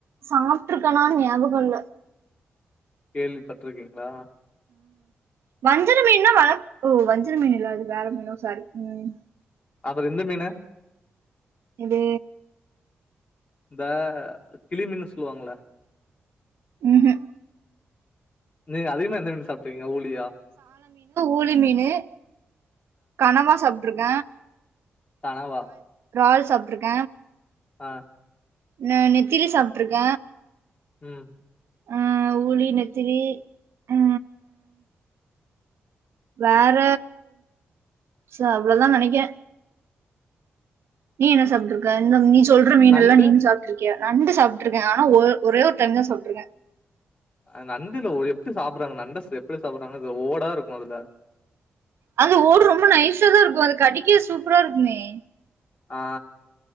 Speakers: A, on the right; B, on the left.
A: சாப்ட்ருக்கனான் ஞாபகொ இல்ல
B: கேள்வி பட்ருக்கீங்ளா
A: வஞ்சிர மீன்னா வளக் ஒ வஞ்சர மீன் இல்ல அது வேற மீனோ சாரி ம்
B: அப்பர இந்த மீன
A: இது
B: இந்த கிளிமீன்னு சொல்லுவாங்கல்ல
A: ம் ஹ்ம்
B: நீங்க அதிக்மா எந்த மீனு சாப்புட்வீங்க ஊலியா
A: ஊலி மீனு கணவா சாப்ட்ருக்க
B: கணவா
A: ரால் சாப்ட்ருக்க
B: அ
A: ந நெத்திலி சாப்ட்ருக்க
B: ம்
A: ஆ ஊலி நெத்திலி ஆ வேற ச அவ்ளொதா நெனக்கிற நீ என்னன் சாப்ட்ருக்க என்ன நீ சொல்ற மீனுல்லா
B: நண்டு
A: நீனு சாப்ட்ருக்கியா நண்டு சாப்ட்ருக்க ஆனா ஒ ஒரே ஒர் டைம்தா சாப்ட்ருக்க
B: அ நண்டுல ஒரு எப்டி சாப்புர்றாங்க நண்ட ச எப்டி சாப்புர்றாங்னே தெர் ஓடா இருக்கு அதுல
A: அந்த ஓடு ரொம்ப நைஸாதா இருக்கு அது கடிக்கெ சூப்ரா இருக்குமே
B: ஆ